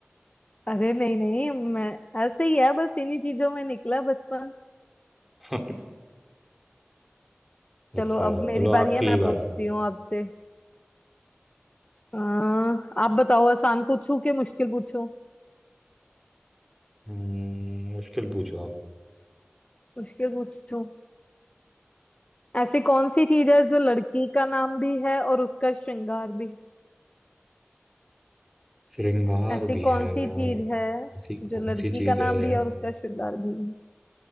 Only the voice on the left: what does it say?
अरे नहीं नहीं मैं ऐसे ही है बस इन्हीं चीजों में निकला बचपन
चलो
अब मेरी
बारी है मैं
पूछती
हूँ आपसे अ, आप बताओ आसान पूछूं कि मुश्किल पूछूं
मुश्किल पूछूं ऐसी कौन सी चीज है जो लड़की का नाम भी है और उसका श्रृंगार भी
ऐसी
कौन
सी चीज है
जो लड़की
का नाम
भी है और उसका श्रृंगार भी है